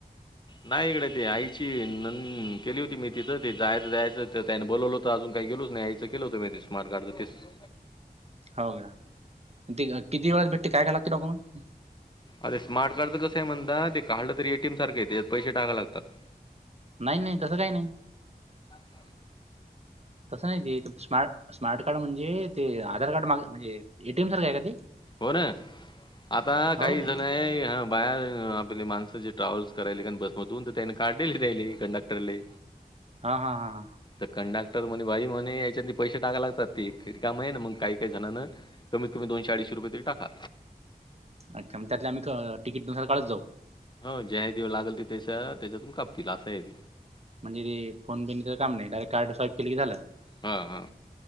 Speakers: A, on the left; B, on the right.
A: नाही इकडे ती आईची ननंद गेली होती मी तिथं ते जायचं जायचं त्याने बोलवलं होत अजून काही गेलोच नाही आ चेक केलं होतं मी ते स्मार्ट कार्डंच तिस्स
B: हो का? ती किती वेळात भेटते? काय काय लागते डॉक्युमेंट?
A: अरे स्मार्ट कार्डचं कसं हाय म्हणता ते काढलं तरी एटीएम सारखं त्यात पैशे टाकावे लागतात
B: नाही नाही तसं काही नाही.
A: आ, समजा
B: तसं नाही ते स्मार्ट स्मार्ट कार्ड म्हणजे ते आधार कार्ड माग म्हणजे एटीएम सारखं आहे का ते?
A: हो ना आता काही
B: हो का
A: जण आहे ह बाहेर आपले माणसं जे ट्रॅव्हल्स करायले कारण बसमधून तर त्यानी काढलेली दयाले कंडक्टरले
B: हा हा हा हां
A: तर कंडक्टर म्हणे बाई म्हणे याच्या पैसे टाकाय लागतात तेी रिकाम हाय ना मग काही काही जणांन कमीत कमी दोशे अडीचशे रुपये तरी टाका
B: आणी कमत्यात आम्ही तिकीटनुसार काडत जाऊ
A: हो ज्या दिव लागल त ते त्याच्यातून कापतील असा आहे ते
B: म्हणजे ते फोन बिनच काम नाही डारेट कार्ड स्वाईप केलं की झालं
A: हा हा